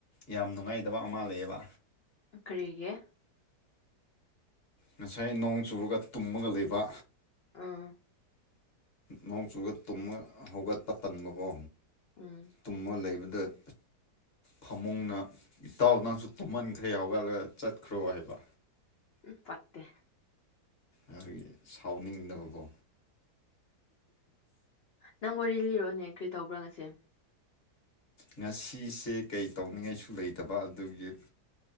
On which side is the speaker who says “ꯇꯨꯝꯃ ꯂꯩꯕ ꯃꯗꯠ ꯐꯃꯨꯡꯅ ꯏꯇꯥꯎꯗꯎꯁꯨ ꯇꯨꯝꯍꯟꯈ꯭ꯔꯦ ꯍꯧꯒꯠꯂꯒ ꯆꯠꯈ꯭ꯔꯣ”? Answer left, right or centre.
Left